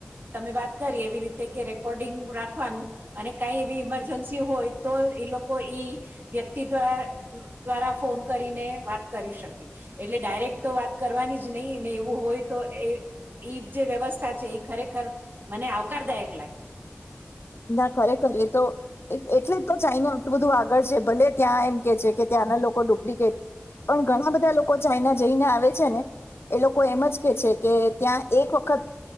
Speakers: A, on the right; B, on the left.
A: તમે વાત કરી એવી રીતે કે રેકોર્ડિંગ રાખવાનું અને કઈ એવી ઇમરજન્સી હોય તો એ લોકો ઈ વ્યક્તિ દ્વા દ્વારા ફોન કરીને વાત કરી શકે એટલે ડાયરેક્ટ તો વાત કરવાની જ નહી ને એવું હોય તો એ એઈ જે વ્યવસ્થા છે એ ખરેખર મને આવકારદાયક લાગે
B: ના ખરે ખરે તો એટલે જ તો ચાાઈને આટલું બધું આગળ છે ભલે ત્યાં એમ કે છે કે ત્યાંના લોકો ડુપ્લિકેટ પણ ઘણા બધા લોકો ચાઈના જઈને આવે છે ને એ લોકો એમ જ કે છે કે ત્યાં એક વખત